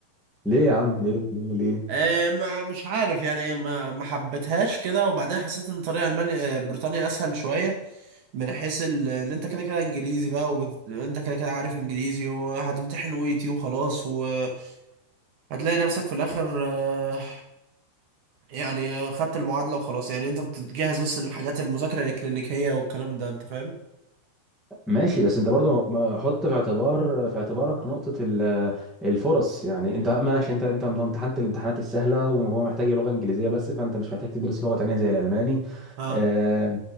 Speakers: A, in the centre; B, on the right.
A: ليه يا عم ليه ليه ليه
B: آه، ما مش عارف يعني ما ما حبيتهاش كده وبعدين حسيت ان طريق المانيا آه، بريطانيا اسهل شوية من حيث ال- ان انت كده كده انجليزي بقى وانت كده كده عارف انجليزي وهتمتحن ويتي وخلاص وهتلاقي نفسك في الاخر آه، يعني خدت المعادلة وخلاص يعني انت بتجهز بس للحاجات المذاكرة الإلكترونيكية والكلام ده انت فاهم
A: ماشي بس انت برضو ما- حط في اعتبار في اعتبارك نقطة ال- الفرص يعني انت ماشي انت انت امتحنت الامتحانات السهلة وهو محتاج لغة انجليزية بس فانت مش محتاج تدرس لغة تانية زي الالماني
B: اه
A: آه،